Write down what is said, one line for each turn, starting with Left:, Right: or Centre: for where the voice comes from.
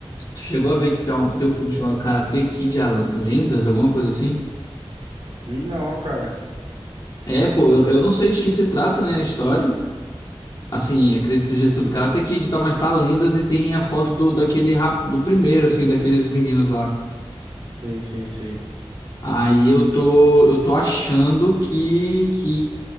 Left: Tu chegou a ver que tá um... tem um filme chamado Karate Kid, a Lendas, alguma coisa assim?
Right: Vi não, ó, cara.
Left: É, pô, eu, eu não sei de que se trata, né, a história. Assim, acredito que seja sobre Karate Kid e tal, mas tá lendas e tem a foto do, daquele rap- do primeiro, assim, daqueles meninos lá.
Right: Sei, sei, sei.
Left: Aí eu tô, eu tô achando que, que,